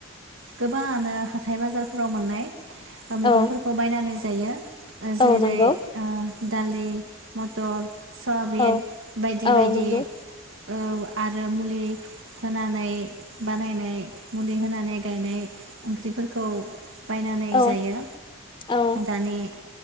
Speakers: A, on the right (about 60°); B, on the left (about 20°).
A: गोबांङानो हाथाय बाजारफोराव मोननाय ओ मैगंफोरखौ
B: औ
A: बायनानै जायो ओ
B: औ
A: जेरै
B: नंगौ
A: ओ दालि मटर सुवाबिन
B: औ
A: बायदि
B: औ
A: बायदि
B: नंगौ
A: औ आरो मुलि होनानै बानायनाय मुलि होनानै गायनाय ओंख्रिफोरखौ बायनानै
B: औ
A: जायो
B: औ
A: दानि